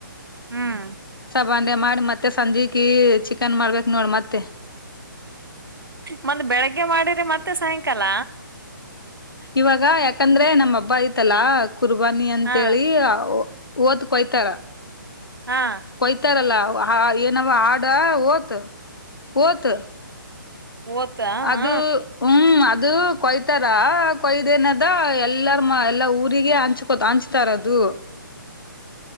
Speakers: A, on the right (about 85°); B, on the left (about 85°).
A: ಹ್ಮ್
B: ಬಂಡೆ ಮಾಡಿ ಮತ್ತೆ ಸಂಜಕ ಚಿಕನ್ ಮಾಡ್ಬೇಕ ನೋಡ್ ಮತ್ತೆ
A: ಮತ್ತ ಬೆಳಗ್ಗೆ ಮಾಡಿರಿ ಮತ್ತೆ ಸಾಯಂಕಾಲ
B: ಇವಾಗ ಯಾಕಂದ್ರೆ ನಮ ಹಬ್ಬ ಐತಲಾ ಕುರ್ಬಾನಿ ಅಂತೇಳಿ
A: ಹಾ
B: ಓತ ಕೊಯ್ತಾರ
A: ಹಾ
B: ಕೊಯ್ತಾರಲ್ಲ ಏನವ ಆಡ ಓತ್ ಓತ್
A: ಓದ್ತಾ
B: ಅದು
A: ಹ
B: ಹ್ಮ್ ಅ ಅದು ಕೊಯ್ತಾರ ಕೊಯ್ದೇನದ ಎಲ್ಲಾರ ಮ ಎಲ್ಲಾ ಊರಿಗೆ ಹಂಚ್ಕೊ ಹಂಚ್ತಾರ ಅದು ಹ